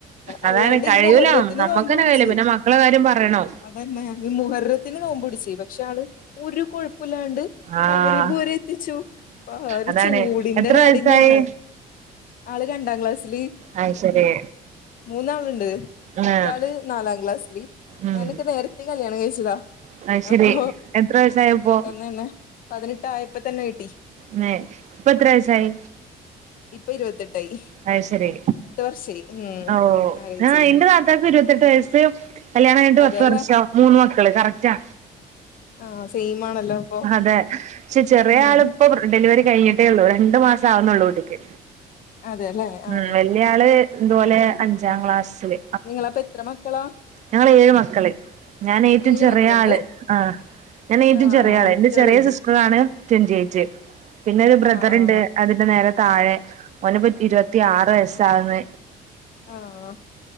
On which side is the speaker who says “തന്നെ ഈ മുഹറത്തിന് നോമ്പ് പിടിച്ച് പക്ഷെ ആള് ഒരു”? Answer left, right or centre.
Left